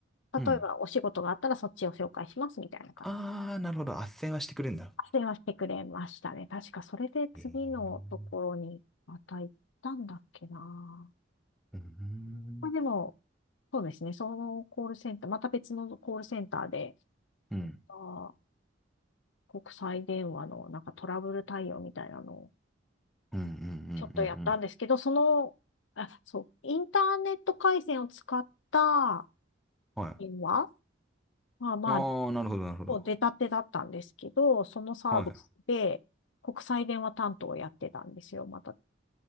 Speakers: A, on the left; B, in the centre.
A: 例えばお仕事があったらそっちを紹介しますみたいな感じ。
B: うん。ああ、なるほど。斡旋はしてくれるんだ。
A: 斡旋はしてくれましたね。確かそれで次のところにまた行ったんだっけな。
B: ええ。うん。
A: これでも、そうですね。そのコールセンター、また別のコールセンターで、
B: うん。
A: あー国際電話のなんかトラブル対応みたいなのを
B: うん。うん。
A: ちょっとやったんですけど、
B: うん。うんうん
A: その、あ、そう、インターネット回線を使った
B: はい。
A: 電話まあまあ
B: ああ、なるほど、なるほど。
A: こう出たてだったんですけど、そのサービスで国際電話担当をやってたんですよ、
B: は
A: また。